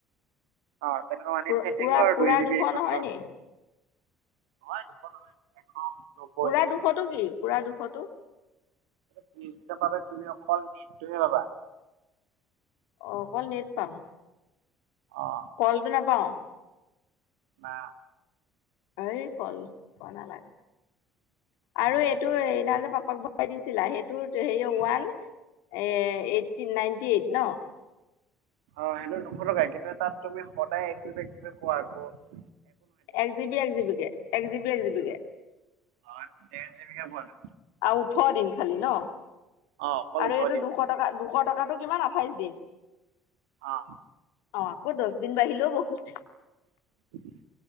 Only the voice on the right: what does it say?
অঅঁ' তেনেকুৱা মানিত
ঠাই <unintelligible>
থাকিব আৰু
দুই জিবি
কথা
হলে
<unintelligible> নহয় দুশ, এশ নব্বৈ
ত্ৰিশদিনৰ বাবে তুমি অকল নেটতোহে পাবা।
অ
না।
অঁ সেইটো নুখোলকাই <unintelligible> কিন্তু তাত তুমি সদায় একদুব একে কোৱা আক <unintelligible>
অঁ ডেৰ জিবি কে পত
অ অকল
ওঠৰ
দিন
অ
উ <inaudible>